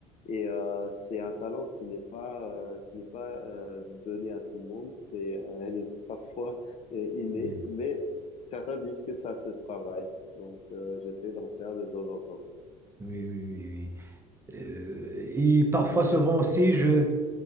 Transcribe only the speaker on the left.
Et euh, c'est un talent qui n'est pas, euh, qui n'est pas euh, donné à tout le monde. C'est, euh, elle est parfois euh, innée,
mais certains disent que ça se travaille. Donc, euh, j'essaie d'en faire de temps en temps.